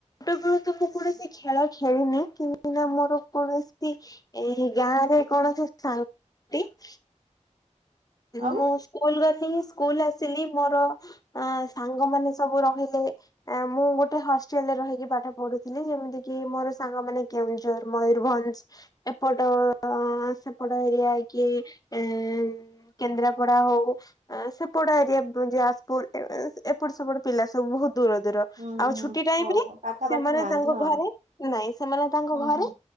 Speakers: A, on the left; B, on the right.
A: ଛଟବେଳୁ ତ ମୁଁ କୌଣସି ଖେଳା ଖେଳନି କିନା ମୋର କୌଣସି ଏଇ ଗାଁ ରେ କଣସି <unintelligible>
B: ଆଉ
A: ମୁଁ ସ୍କୁଲ ଗଲି ସ୍କୁଲ ଆସିଲି ମୋର ଅ ସାଙ୍ଗମାନୋନ ସବୁ ରହିଲେ ମୁଁ ଗୋଟେ ହଷ୍ଟେଲରେ ରହିକି ପାଠ ପଢୁଥିଲି ଯେମିତି କି ମୋର ସାଙ୍ଗ ମାନେ କେଉଝର ମୟୂରଭଞ୍ଜ ଏପଟ ସେପଟ ଏରିଆ କି ଏ କେନ୍ଦ୍ରାପଡା ହଉ ସେପଡା ଏରିଆ ଯାଜପୁର ଏପଟ ସେପଟ ପିଲା ସବୁ ବହୁତ ଦୂର ଦୂର।
B: ହୁଁ
A: ଆଉ
B: ହୁଁ ହୁଁ
A: ଛୁଟି ଟାଇମ
B: ଓହୋ
A: ରେ
B: ପାଖାପାଖି
A: ସେମାନେ
B: ନାହାନ୍ତି
A: ତାଙ୍କ
B: ହଁ।
A: ଘରେ ନାଇଁ ସେମାନେ ତାଙ୍କ
B: ହୁଁ
A: ଘରେ
B: ହୁଁ